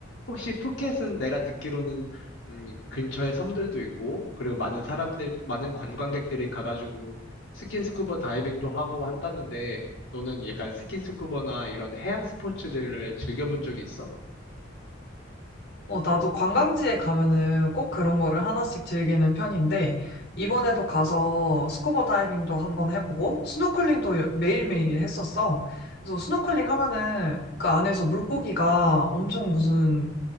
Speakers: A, on the left; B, on the left.
A: 혹시 푸켓은 내가 듣기로는 음, 근처에 섬들도 있고 그리고 많은 사람들, 많은 관광객들이 가가지고 스킨스쿠버 다이빙도 하고 한다는데 너는 약간 스킨스쿠버나 이런 해양 스포츠들을 즐겨본 적이 있어?
B: 어, 나도 관광지에 가면은 꼭 그런 거를 하나씩 즐기는 편인데, 이번에도 가서 스쿠버 다이빙도 한번 해보고, 스노클링도 여- 매일매일 했었어. 그래서 스노클링 하면은 그 안에서 물고기가 엄청 무슨